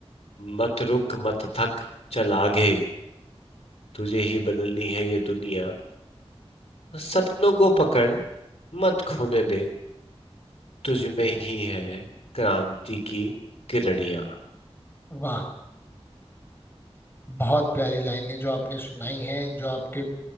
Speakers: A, on the left (about 70°); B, on the left (about 20°).
A: मत रुक मत थक चल आगे तुझे ही बदलनी है ये दुनिया सपनों को पकड़ मत खोने दे तुझ में ही है क्रांति की किरणियां
B: वाह बहुत प्यारी लाइनें जो आपने सुनाई हैं जो आपके